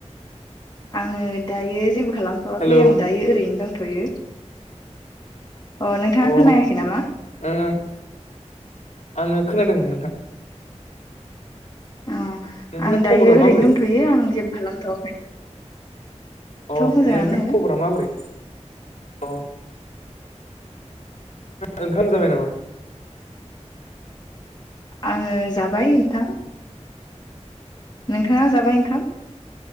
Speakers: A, on the left; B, on the left.
A: आङो दायो जेबो खालामथ'वाखै
B: हेलौ
A: आं दायो ओरैनो दंथ'यो अ नोंथाङा
B: अ ओ
A: खोनायाखै नामा
B: <unintelligible> आङो खोनादों नोंथां
A: अ
B: नोंथांना
A: आं
B: खबरा
A: दायो ओरैनो
B: माबोरै
A: दंथ'यो आं जेबो खालामथ'
B: अ
A: मोजाङानो
B: नोंथ खबरा माबोरै अ ओंखाम जाबाय नामा
A: आङो जाबाय नोंथां नोंथाङा जाबाय ओंखाम